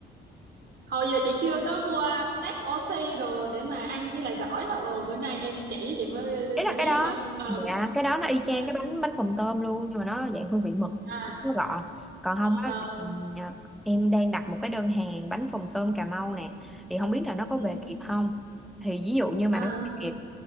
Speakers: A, on the right (about 55°); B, in the centre.
A: hồi giờ chị chưa có mua stack oxy đồ để mà ăn với lại gỏi hả? ồ bữa nay em chỉ chị mới
B: Đấy
A: để
B: là
A: ý
B: cái đó.
A: ha ờ
B: Dạ,
A: cũng
B: cái đó nó y chang
A: hay
B: cái
A: ha.
B: bánh bánh phồng tôm luôn nhưng mà nó dạng hương vị mực,
A: à
B: nó gọn. Còn không á
A: ờ
B: ừm, à, em đang đặt một cái đơn hàng bánh phồng tôm Cà Mau nè,
A: ừ
B: thì không biết là nó có
A: ừ
B: về kịp không. Thì ví dụ như mà
A: à,
B: nó về kịp